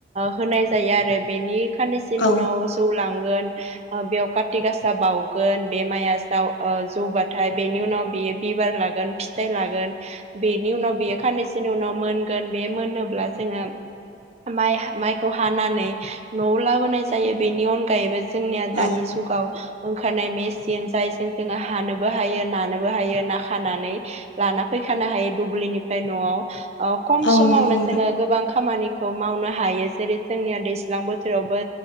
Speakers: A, on the right; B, on the left.
A: होनाय जायो आरो बेनि खाननैसोनि
B: औ
A: उनाव जौलांगोन बेयाव कारति गासा बाउगोन बे माइआ औ जौबाथाय बेनि उनाव बेयो बिबार लागोन फिथाइ लागोन बेनि उनाव बेयो खाननैसोनि उनाव मोनगोन बे मोनोब्ला जोंहा माइ माइखौ हानानै न'आव लाबोनाय जायो बेनि अनगायैबो जोंनिया दानि
B: औ
A: जुगाव ओंखारनाय मेसिन जायजों जोङो हानोबो हायो नानोबो हायो नाखानानै लाना फैखानो हायो दुब्लिनिफ्राय न'आव। अ खम
B: औ
A: समावनो
B: नंगौ नोंथां
A: जोङो गोबां खामानिखौ मावनो हायो जेरै जोंनिया दैज्लां बोथोरावबो